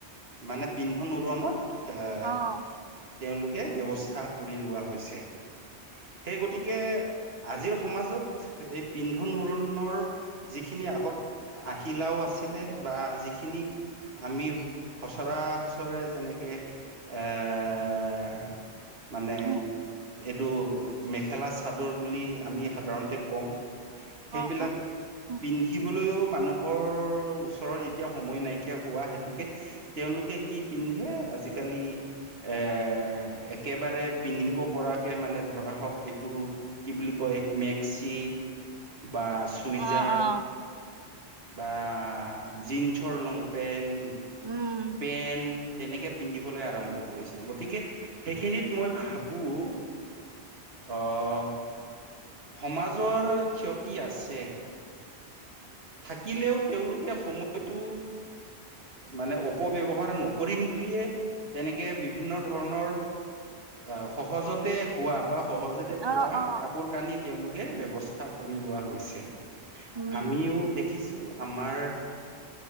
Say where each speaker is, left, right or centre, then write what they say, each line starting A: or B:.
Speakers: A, on the right (about 65°); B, on the right (about 40°).
A: মানে পিন্ধন-উৰনত এ',
B: অ'
A: তেওঁলোকে ব্যৱস্থা কৰি লোৱা হৈছে। সেই গতিকে আজিৰ সমাজত এই পিন্ধন-উৰণৰ যি খিনি আগত আহিলাও আছিলে বা যিখিনি আমি সচৰাসচৰে যেনেকে এ' মানে
B: উম
A: এইটো মেখেলা-চাদৰ বুলি আমি সাধাৰণতে কং।
B: অ',
A: সেইবিলাক
B: অ',
A: পিন্ধিবলৈও মানুহৰ ওচৰত যেতিয়া সময় নাইকিয়া হোৱা হেতুকে তেওঁলোক কে কি পিন্ধে আজিকালি এ' একেবাৰে পিন্ধিব পৰাকে মানে ধৰা হওঁক, এইটো কি বুলি কয় মেক্সি বা চুইজাৰ
B: অ', অ',
A: বা জিন্ছৰ লংপেণ্ট
B: উম,
A: পেন তেনেকে পিন্ধিবলৈ আৰম্ভ কৰিছে। গতিকে সেইখিনিত মই ভাবোঁ অ'। সমাজৰ ক্ষতি আছে। থাকিলেও তেওঁলোকে সময়টো মানে অপ অপব্যৱহাৰ নকৰিম বুলিয়ে তেনেকে বিভিন্ন ধৰণৰ আ', সহজতে হোৱা, বা সহজতে
B: অ',
A: পোৱা
B: অ',
A: কাপোৰ কানিত তেওঁলোকে ব্যৱস্থা কৰি লোৱা হৈছে।
B: উম,
A: আমিও দেখিছোঁ আমাৰ